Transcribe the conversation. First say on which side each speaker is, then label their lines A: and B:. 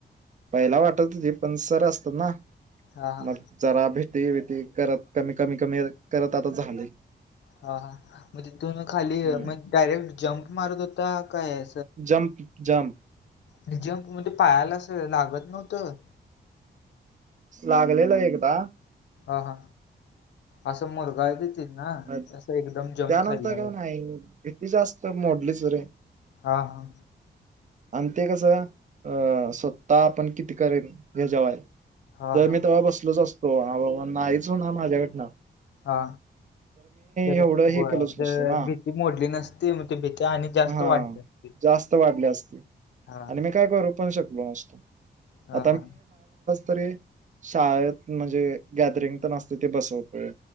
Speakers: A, on the right; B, on the left.
A: पहिला वाटत होती पण सर असतात ना
B: हां हां.
A: मग जरा भिती भिती करत कमी कमी कमी करत आता झालय.
B: हा हा मग तिथून खाली
A: हम्म
B: म्हण डायरेक्ट जम्प मारत होता काय
A: जम्प जम्प.
B: आणि जंपमध्ये म्हणजे पायाला अस लागत नव्हतं?
A: लागलेल एकदा.
B: हा हा असं मुरगा आहे देतील ना
A: मग
B: असं एकदम जम्प
A: त्यानंतर
B: खाल्यावर.
A: काय नाही <unintelligible> ही जास्त मोडलीच रे.
B: हा हा.
A: आण ते कसं अ स्वतः आपण किती करेल हेचावर हाय.
B: हां
A: जर
B: हां.
A: मी तेव्हा बसलोच असतो हाबाबा नाहीच होनार माझ्याकडन.
B: हा. चला
A: एवढं
B: गोव्याला,
A: हे केलंच
B: तर
A: नसतं ना
B: व भीती मोडली नसती म ते भीती आणि जास्त
A: हा
B: वाढली असती.
A: जास्त वाढली असती
B: हां.
A: आणि मी काय करू पण शकलो नसत
B: हां हां.
A: तरी शाळेत म्हणजे गॅदरिंग पण असते, ते बसवतोय.